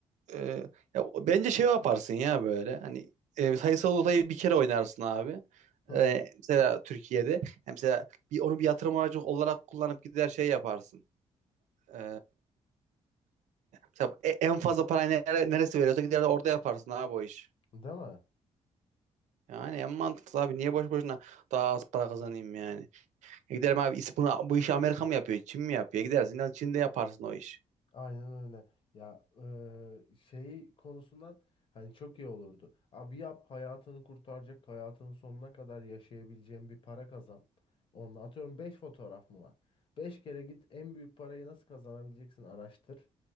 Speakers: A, on the right; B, on the left.
A: e, ya, o- bence şey yaparsın ya böyle. Hani e, sayısal odayı bir kere oynarsın abi.
B: Hı hı.
A: E, mesela Türkiye'de. Hem mesela bir, onu bir yatırım aracı olarak kullanıp gider şey yaparsın. E, Tabii e- en fazla parayı nere- neresi veriyorsa gider de orada yaparsın abi o iş.
B: Değil mi?
A: Yani en mantıklı abi niye boş boşuna daha az para kazanayım yani. E giderim abi is- bunu, bu işi Amerika mı yapıyor Çin mi yapıyor gidersin al Çin'de yaparsın o iş.
B: Aynen öyle. Ya eee, şey konusundan hani çok iyi olurdu. Abi yap hayatını kurtaracak, hayatının sonuna kadar yaşayabileceğin bir para kazan. Onunla atıyorum 5 fotoğraf mı var? 5 kere git en büyük parayı nasıl kazanabileceksin araştır.